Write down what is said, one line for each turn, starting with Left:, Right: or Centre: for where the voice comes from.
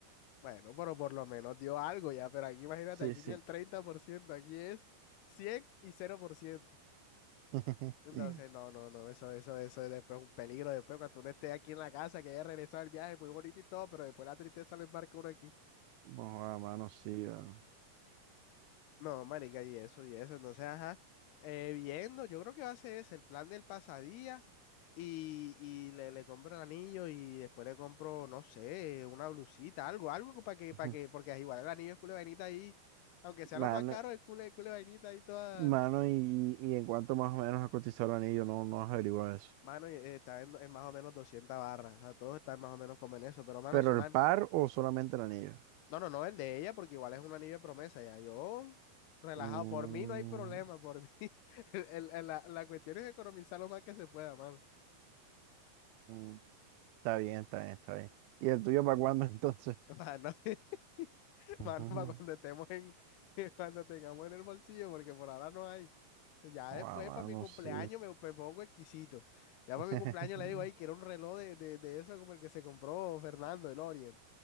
Left: Bueno, pero por lo menos dio algo ya, pero aquí imagínate,
Right: Sí,
Left: aquí
Right: sí.
Left: ni el 30% aquí es 100 y cero por ciento
Right: <laughs>
Left: Entonces, no, no, no, eso, eso, eso es después un peligro, después cuando uno esté aquí en la casa, que haya regresado el viaje, muy bonito y todo, pero después la tristeza lo embarca uno aquí.
Right: Bueno, mano, sí, mano.
Left: No, marica, y eso, y eso. Entonces, ajá, eh, viendo, yo creo que va a ser ese, el plan del pasadía y, y le, le compro el anillo y después le compro, no sé, una blusita, algo, algo para que,
Right: <laughs>
Left: para que, porque igual el anillo es culo de vainita ahí, aunque sea
Right: Mano,
Left: lo más caro, es culo, de culo de vainita ahí toda,
Right: mano, y, y en cuanto más o menos a cotizar el anillo, no, no has averiguado eso.
Left: mano, y, eh, está en, en más o menos 200 barras, o sea, todos están más o menos como en eso, pero, mano,
Right: ¿Pero
Left: son
Right: el par o solamente el anillo?
Left: No, no, no, el de ella, porque igual es un anillo de promesa, ya yo relajado,
Right: Mm,
Left: por mí no hay problema, por mí. <laughs> el- el- la, la cuestión es economizar lo más que se pueda, mano.
Right: mm, está bien, está bien, está bien. ¿Y el tuyo para cuándo <laughs> entonces?
Left: Para no- <laughs>
Right: Ujú.
Left: Mano, para cuando estemos en, <laughs> cuando tengamos en el bolsillo, porque por ahora no hay. Ya
Right: Guau,
Left: después,
Right: mano,
Left: para mi cumpleaños,
Right: sí.
Left: me, me pongo exquisito. Ya
Right: <laughs>
Left: para mi cumpleaños le digo, ay, quiero un reloj de, de, de eso como el que se compró Fernando, el Orient.